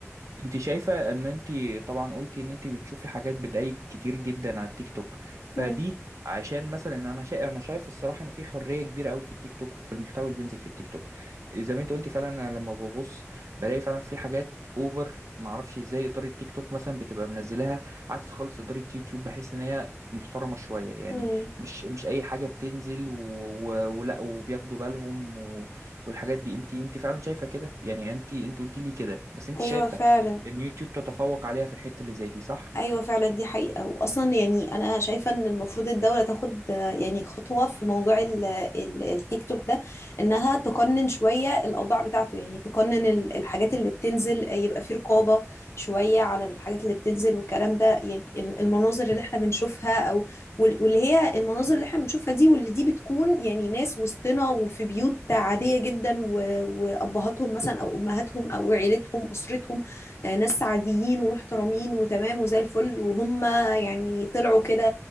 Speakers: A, on the right; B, on the left.
A: انت شايفة ان انت طبعا قلتي ان انت بتشوفي حاجات بدايق كتير جدا على التيك توك فدي
B: مم.
A: عشان مثلا انا شايف انا شايف الصراحة ان في حرية كبيرة قوي في التيك توك وفي المحتوى اللي بينزل في التيك توك زي ما انت قلتي فعلا انا لما ببص بلاقي فعلا في حاجات اوفر ما اعرفش ازاي ادارة تيك توك مثلا بتبقى منزلاها عكس خالص ادارة يوتيوب بحس ان هي محترمة شوية يعني
B: مم.
A: مش مش أي حاجة بتنزل و... و... ولا وبياخدوا بالهم و... والحاجات دي انت انت فعلا شايفة كده يعني انت انت قلتي لي كده بس انت
B: ايوه
A: شايفة
B: فعلا
A: ان يوتيوب تتفوق عليها في الحتة اللي زي دي صح
B: ايوه فعلا دي حقيقه واصلا يعني انا شايفه ان المفروض الدوله تاخد آه، يعني خطوه في موضوع ال- ال- التيك توك ده انها تقنن شويه الاوضاع بتاعته يعني تقنن ال- الحاجات اللي بتنزل يبقى في رقابه شويه على الحاجات اللي بتنزل والكلام ده يعني ال- المناظر اللي احنا بنشوفها او وال- واللي هي المناظر اللي احنا بنشوفها دي واللي دي بتكون يعني ناس وسطنا وفي بيوت عاديه جدا و- وابهاتهم مثلا او امهاتهم او عيلتهم اسرتهم آه، ناس عاديين ومحترمين وتمام وزي الفل وهم يعني طلعوا كده